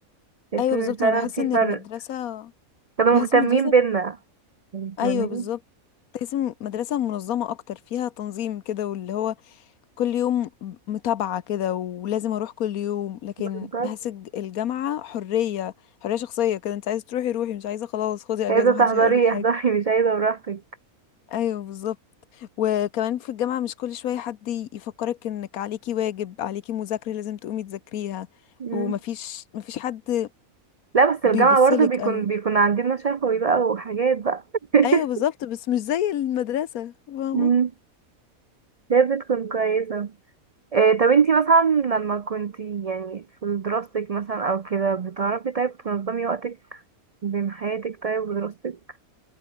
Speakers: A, on the right; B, on the left.
A: تحس
B: ايوه
A: ان
B: بالظبط
A: فعلا
B: انا بحس
A: في
B: ان
A: فرق
B: المدرسه
A: كانوا
B: بحس
A: مهتمين
B: المدرسه
A: بينا يعني
B: ايوه
A: فاهماني
B: بالظبط تحس إن مدرسة منظمة اكتر فيها تنظيم كده واللي هو كل يوم متابعة كده ولازم اروح كل يوم لكن
A: بالظبط
B: بحس الج- الجامعة حرية حرية شخصية كده انت عايزة تروحي روحي مش عايزة خلاص خدي
A: عايزة
B: اجازة محدش
A: تحضري
B: هيقولك حاجة
A: احضري مش عايزة براحتك
B: ايوه بالظبط وكمان في الجامعة مش كل شوية حد ي- يفكرك انك عليكي واجب عليكي مذاكرة لازم تقومي تذاكريها
A: مم.
B: ومفيش مفيش حد
A: لا بس الجامعة
B: بيبصلك
A: برضه بيكون
B: قوي
A: بيكون عندنا شفوي بقى وحاجات بقى <laughs>
B: ايوه بالظبط بس مش زي المدرسة فاهمة
A: مم. هي بتكون كويسة إيه طب انتي مثلا لما كنتي يعني في دراستك مثلا او كده بتعرفي طيب تنظمي وقتك بين حياتك طيب ودراستك